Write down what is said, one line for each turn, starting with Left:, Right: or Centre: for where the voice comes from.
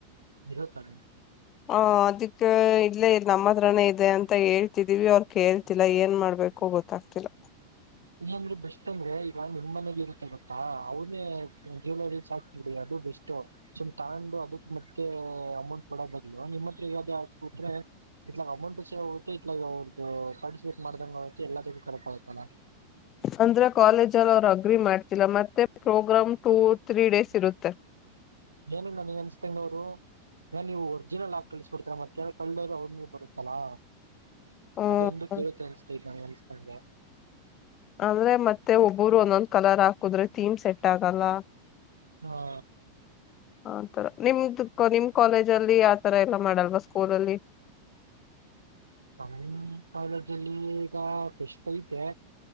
Right: ಇರುತ್ತ್ <unintelligible>
Left: ಅ ಅದಕ್ಕೆ ಇಲ್ಲೇ ನಮ್ಮ ಹತ್ರಾನೇ ಇದೆ ಅಂತ ಹೇಳ್ತಿದೀವಿ ಅವ್ರ ಕೇಳ್ತಿಲ್ಲ ಏನ್ ಮಾಡ್ಬೇಕು ಕು ಗೊತ್ತಾಗ್ತಿಲ್ಲ.
Right: ಇನ್ನೊಂದ್ರೆ ಬೆಸ್ಟ್ ಅಂದ್ರೆ ಈಗ ನಿಮ್ಮ್ ಮನೇಲಿ ಇರುತ್ತೆ ಗೊತ್ತಾ ಅವನೇ ಜ್ಯುವಲರಿಸ್ ಹಾಕ್ಬಿಡಿ ಅದು ಬೆಸ್ಟು. <unintelligible> ಅಮೌಂಟ್ ಕೊಡೋ ಬದ್ಲು ನಿಮ್ಮ ಹತ್ರ ಇರೋದ್ <unintelligible> ಇಟ್ಲಾಗ ಅಮೌಂಟ್ ಸೇವ್ ಆಗುತ್ತೆ ಇಟ್ಲಾಗ್ ಅವ್ರದ್ದ ಪಾರ್ಟಿಸಿಪೇಟ್ ಮಾಡ್ದಂಗ ಆಗುತ್ತೆ ಎಲ್ಲದಕ್ಕೂ ಕರೆಕ್ಟ್ ಆಗುತ್ತಲ್ಲ.
Left: ಅಂದ್ರೆ ಕಾಲೇಜ ಅಲ್ಲಿ ಅವರು ಅಗ್ರಿ ಮಾಡ್ತಿಲ್ಲ ಮತ್ತೆ ಪ್ರೋಗ್ರಾಮ್ ಟೂ, ತ್ರೀ ಡೇಸ್ ಇರುತ್ತೆ.
Right: ಏನು ನನಗೆ ಅನಿಸ್ತಾ ಇರೋದು. ನನ್ನ್ ನೀವು ಒರ್ಜಿನಲ್ ಹಾಕ್ ಕಳಿಸ್ಬಿಡ್ತರ ಮತ್ತೆ ಏನ್ ಕಳ್ಳರು <unintelligible> ಬರುತ್ತಲ್ಲಾ.
Left: ಹ್ಮ್
Right: ಅದೊಂದು <unintelligible> ನಂಗ್ ಅನಿಸಿದಂಗೆ.
Left: ಅಂದ್ರೆ ಮತ್ತೆ ಒಬ್ಬರು ಒಂದೊಂದ್ ಕಲರ್ ಹಾಕುದ್ರೆ ಥೀಮ್ ಸೆಟ್ ಆಗಲ್ಲ.
Right: ಹಾ
Left: ಆ ತರ ನಿಮ್ದು ನಿಮ್ ಕಾಲೇಜ ಅಲ್ಲಿ ಆತರ ಎಲ್ಲಾ ಮಾಡಲ್ವಾ ಸ್ಕೂಲ ಅಲ್ಲಿ.
Right: ನಮ್ಮ ಕಾಲೇಜಲ್ಲಿ ಈಗ ಫೆಸ್ಟ್ ಐತೆ